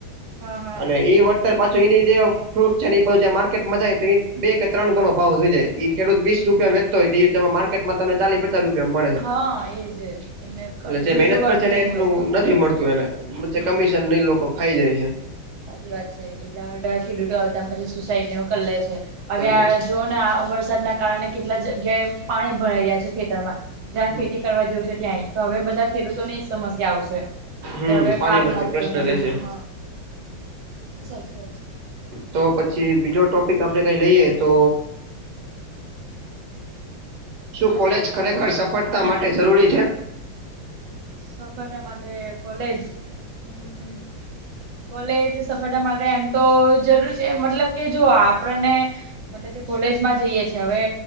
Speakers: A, on the right; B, on the right.
A: હા હા
B: અને એ વળતર પાછું એની જે ફ્રૂટ છે. માર્કેટમાં જાય તો બે કે ત્રણ ગણો ભાવ થઈ જાય ઈ ખેડૂત વીસ રૂપિયા વેચતો હોય એ માર્કેટમાં તમ ચાલી- - રૂપિયા મળે છે
A: હા એજ એમને
B: એટલે જે
A: જોઈતું
B: મહેનત
A: વળતર
B: કરશે ને
A: નહી
B: એટલું
A: મળતું
B: નથી મળતું એને વચ્ચે
A: હમ
B: કમીશન ને લોકો ખાઈ જાય છે.
A: સાચી વાત છે એટલે <inaudible> પછી સુસાઈડને એવું કરી લે છે હવે
B: કરી
A: આ
B: લે છે
A: જો- - આ વરસાદના કારણે કેટલા જગ્યાએ પાણી ભરાઈ ગયા છે ખેતરમાં જ્યાં
B: હમ
A: ખેતી કરવા જેવું છે ત્યાંય તો હવે બધા ખેડૂતોને સમસ્યા આવશે
B: હમ
A: કે હવે
B: પાણી
A: પાક
B: નો
A: <inaudible>
B: પ્રશ્ન રહેશે
A: સાચી વાત છે.
B: તો પછી બીજો ટોપિક આપડે કઈ લઈએ તો શું કોલેજ ખરેખર સફળતા માટે જરૂરી છે?
A: સફળતા માટે કોલેજ હ- -
B: <inaudible>
A: કોલેજ સફળતા માટે એમ તો જરૂર છે મતલબ કે જો આપણને મતલબ કે કોલેજ માં જઈએ છે હવે